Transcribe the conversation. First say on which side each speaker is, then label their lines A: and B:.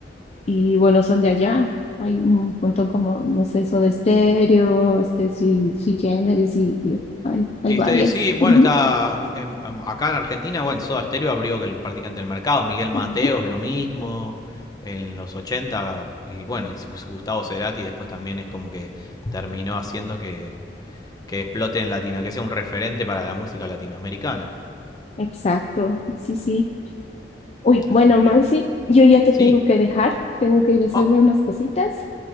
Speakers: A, on the left; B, on the left.
A: y bueno, son de allá. Hay un montón como, no sé, Soda Stereo, este, Sui, Sui Generis, y y hay, hay
B: Y
A: varias.
B: este, sí, bueno,
A: Ujú,
B: está em, em, acá en Argentina, bueno, Soda Stereo abrió que el practicante del mercado, Miguel Mateos
A: ujú.
B: lo mismo, en los 80 y bueno, y Gustavo Cerati después también es como que terminó haciendo que, que explote en Latino, que sea un referente para la música latinoamericana.
A: Exacto, sí, sí. Uy,
B: Así
A: bueno,
B: que
A: Maxi, yo ya te
B: Sí.
A: tengo que dejar, tengo que ir a hacerme
B: Oh,
A: unas cositas,